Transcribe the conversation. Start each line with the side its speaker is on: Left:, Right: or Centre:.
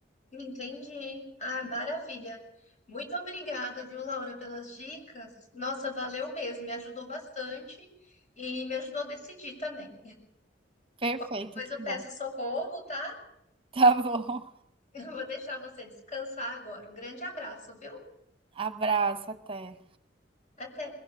Left: Entendi. Ah, maravilha. Muito obrigada, viu, Laura, pelas dicas. Nossa, valeu mesmo, me ajudou bastante e me ajudou a decidir também.
Right: Perfeito,
Left: Depois
Right: que
Left: eu peço
Right: bom.
Left: socorro, tá? <laughs>
Right: Tá bom.
Left: Eu vou deixar você descansar agora. Um grande abraço, viu?
Right: Abraço, até.
Left: Até.